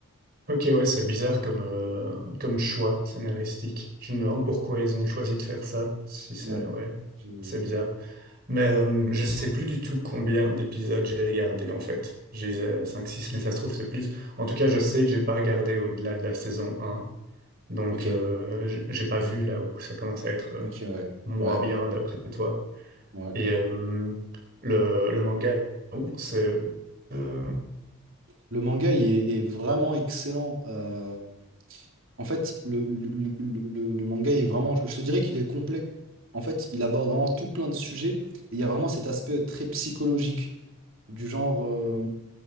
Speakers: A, on the right; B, on the right.
A: Ok, ouais, c'est bizarre comme, euh, comme choix scénaristique. Je me demande pourquoi ils ont choisi de faire ça. Si c'est,
B: Ouais.
A: ouais,
B: Je-
A: c'est bizarre. Mais euh, je sais plus du tout combien d'épisodes j'ai regardé en fait. J'ai euh, cinq six, mais ça se trouve c'est plus. En tout cas, je sais que j'ai pas regardé au-delà de la saison un, Donc
B: Ok,
A: euh, j- j'ai pas vu là où ça commence à être euh,
B: ok, ouais,
A: moins
B: ouais,
A: bien d'après toi.
B: ouais.
A: Et euh, le, le manga, bon, c'est... euh,
B: Le manga, il est, est vraiment excellent. Euh, en fait, le, le, le- le- le manga est vraiment, je te dirais qu'il est complet. En fait, il aborde vraiment tout plein de sujets. Et il y a vraiment cet aspect très psychologique du genre. euh,